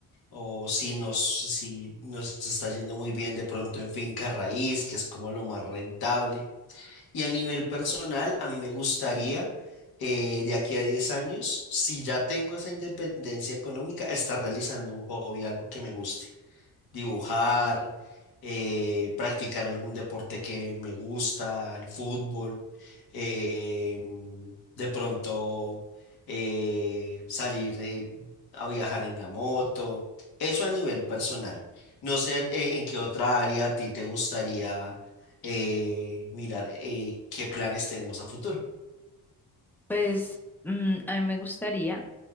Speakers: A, on the left; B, in the centre.
A: o si nos, si nos está yendo muy bien de pronto en finca raíz, que es como lo más rentable. Y a nivel personal, a mí me gustaría eh, de aquí a 10 años, si ya tengo esa independencia económica, estar realizando un hobby, algo que me guste dibujar, eh, practicar algún deporte que me gusta, el fútbol, eh, de pronto eh, salir eh, a viajar en la moto, eso a nivel personal. No sé eh, en qué otra área a ti te gustaría eh, mirar eh, qué planes tenemos a futuro.
B: Pues mm, a mí me gustaría,